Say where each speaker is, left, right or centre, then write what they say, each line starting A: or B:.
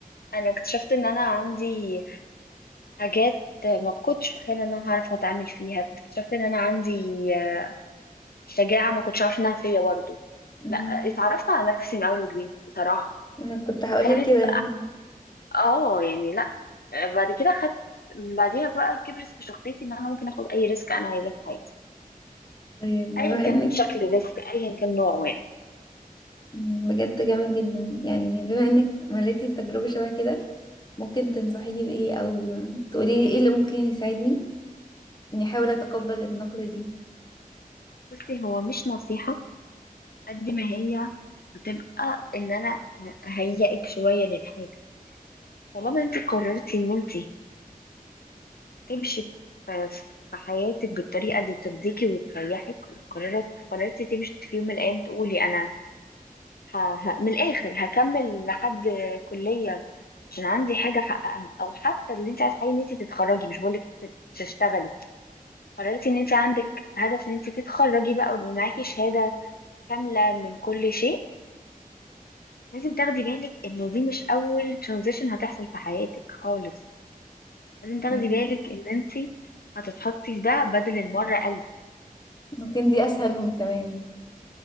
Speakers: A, on the left (about 85°); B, on the left (about 30°).
A: انا اكتشفت ان انا عندي حاجات ما كنتش متخيلة ان انا هعرف اتعامل فيها اكتشفت ان انا عندي آه، شجاعة ما كنتش عارفة انها فيا برضه
B: امم
A: لا اتعرفت على نفسي من اول وجديد بصراحة
B: انا كنت هقولك
A: وكانت
B: كده
A: اه يعني لا آه، بعد كده خدت بعديها بقى كبرت في شخصيتي ان انا ممكن اخد اي ريسك انا عايزاه في حياتي
B: طيب بما
A: ايا كان
B: انك
A: شكل الريسك ايا كان نوعه يعني
B: مم، بجد جامد جدا يعني بما انك مريتي بتجربة شبه كده ممكن تنصحيني بإيه او تقولي لي ايه اللي ممكن يساعدني اني احاول اتقبل النقلة دي
A: بصي هو مش نصيحة قد ما هي هتبقى ان انا هيئك شوية للحاجة طالما انت قررتي ان انت تمشي في في حياتك بالطريقة اللي ترضيكي وتريحك قررت قررتي تمشي في يوم من الايام تقولي انا ه... ه... من الآخر هكمل لحد كلية عشان عندي حاجة أحققها أو حتى اللي أنت عايز حقيقي إن أنت تتخرجي مش بقولك تت- تشتغلي قررتي إن أنت عندك هدف إن أنت تتخرجي بقى ويبقى معاكي شهادة كاملة من كل شيء لازم تاخدي بالك إن دي مش أول ترانزيشن هتحصل في حياتك خالص لازم تاخدي
B: مم،
A: بالك إن أنت هتتحطي في ده بدل المرة ألف
B: ممكن دي اسهلهم كمان